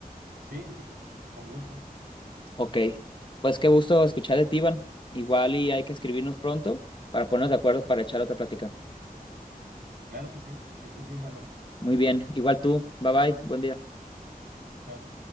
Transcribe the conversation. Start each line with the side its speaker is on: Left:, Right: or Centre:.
Right: Sí, sí, con gusto.
Left: Ok, pues qué gusto escuchar de ti, Iván. Igual y hay que escribirnos pronto para ponernos de acuerdo para echar otra plática.
Right: Claro que sí. Que estés bien, Alan.
Left: Muy bien, igual tú, bye bye, buen día.
Right: Chao.